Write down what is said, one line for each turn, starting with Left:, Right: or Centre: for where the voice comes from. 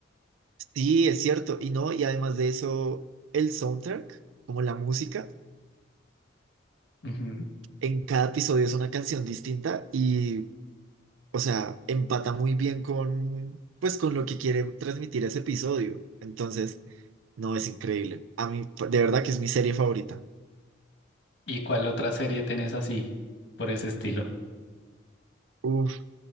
Right: Sí, es cierto. Y no, y además de eso, el soundtrack, como la música,
Left: Ujú.
Right: en cada episodio es una canción distinta y o sea, empata muy bien con, pues, con lo que quiere transmitir ese episodio. Entonces, no, es increíble. A mí, de verdad que es mi serie favorita.
Left: ¿Y cuál otra serie tenés así, por ese estilo?
Right: Uf,